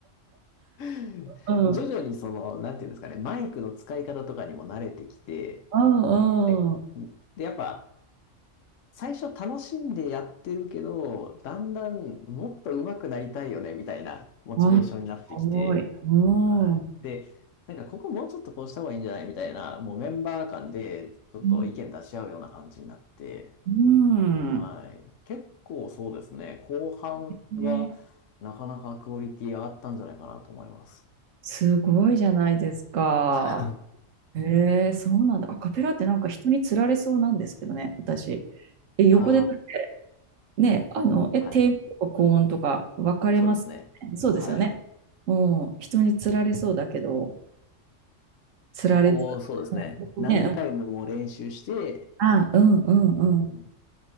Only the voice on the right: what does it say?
うんうん
うんうん。
あ、すごい。うん。
う
ん。うん。
ね、すごいじゃないですか。
へえ、そうなんだ。アカペラってなんか人につられそうなんですけどね、私。え、横でだって
ね、あの、え、
低音とか高音とか分かれますね。
そうですよね。
もう人につられそうだけど、つられず。
ね、
あ、うんうんうん。